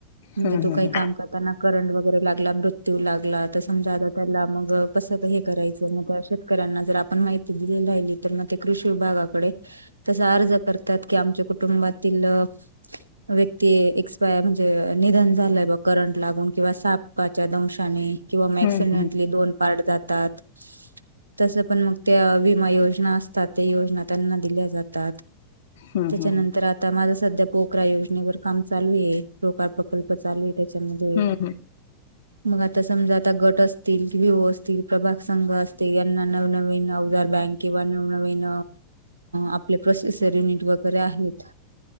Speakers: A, on the right; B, on the left.
A: म्हणजे
B: हम्म
A: तो
B: हम्म
A: काही काम करताना करंट वगैरे लागला. मृत्यू लागला तर समजा आता त्यांनला मग कसं हे करायचं मग अश्या कराना जर आपण माहिती दिली. राहिली तर मग ते कृषी विभागाकडे तसा अर्ज करतात. कि आमच्या कुटुंबातील व्यक्ती एक्सपायर म्हणजे निधन झालंय बा करंट लागून किंवा सापाच्या दंशाने किंवा मॅक्सिडेंटली
B: हम्म
A: दोन पार्ट जातात. तसं पण मग त्या विमा योजना असतात ते योजना त्यांना दिल्या जातात.
B: हम्म
A: त्याच्यानंतर
B: हम्म
A: आता माझं सध्या पोकरा योजनेवर काम चालू आहे. पोकार प्रकल्प चालू आहे. त्याच्यामध्ये
B: हम्म
A: मग आता समजा आता गट असतील. विओ असतील. प्रभाग संघ असतील. यांना नवनवीन अवजार बँक किंवा नवनवीन आपले प्रोसेस सरीने वगैरे आहेत.